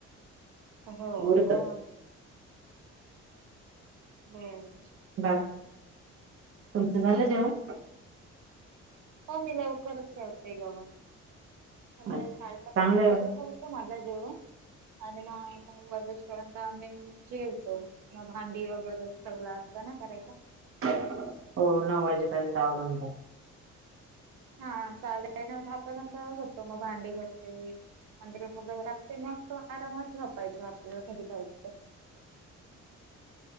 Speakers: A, on the right; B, on the right.
A: हो
B: मुहूर्त
A: का. बरं.
B: बाकी तुमचं झालं जेवण.
A: हो मी लवकरच करते जेवण. म्हणजे
B: अच्छा.
A: साडेसात
B: चांगलं
A: आठ
B: आहे.
A: पर्यंत होत माझा जेवण आणि मग नऊ वाजेपर्यंत आम्ही जेवतो म भांडी वगैरे सगळ असतं ना करायच
B: हो नऊ वाजेपर्यंत आवरून जात.
A: हा साल न दहापर्यंत होतो मग भांडी घस्ते अंतर म ते मग आरामात झपायच आपल्या घरी पाऊज ते